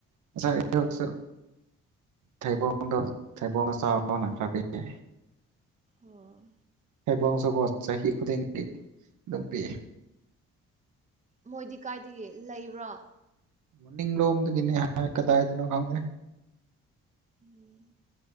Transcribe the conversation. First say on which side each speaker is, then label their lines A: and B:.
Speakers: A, on the right; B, on the right.
A: ꯉꯁꯥꯏ ꯑꯌꯨꯛꯁꯨ ꯊꯩꯕꯣꯡꯗꯣ ꯊꯩꯕꯣꯡ ꯆꯥꯎꯑꯣꯅ ꯈ꯭ꯔꯄꯤꯌꯦ꯫
B: ꯑꯣ
A: ꯍꯩꯕꯣꯡꯁꯨꯀꯣ ꯆꯍꯤ ꯈꯨꯗꯤꯡꯒꯤ ꯑꯗꯨꯝ ꯄꯤꯑꯦ꯫
B: ꯃꯣꯏꯗꯤ ꯀꯥꯏꯗꯒꯤ ꯂꯩꯕ꯭ꯔꯥ
A: ꯃꯅꯤꯡꯂꯣꯝꯗꯒꯤꯅꯦ ꯍꯥꯏ ꯀꯗꯥꯏꯗꯅꯣ ꯈꯪꯗꯦ꯫
B: ꯎꯝ